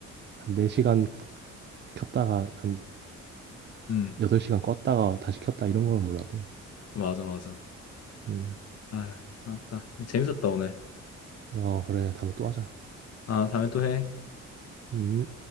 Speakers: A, on the right (about 35°); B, on the left (about 55°).
A: 한 4 시간 켰다가 한
B: 음,
A: 8 시간 껐다가 다시 켰다 이런 거면 몰라도.
B: 맞아, 맞아.
A: 음.
B: 아, 맞다. 재밌었다 오늘.
A: 어 그래 다음에 또 하자.
B: 아, 다음에 또 해.
A: 음.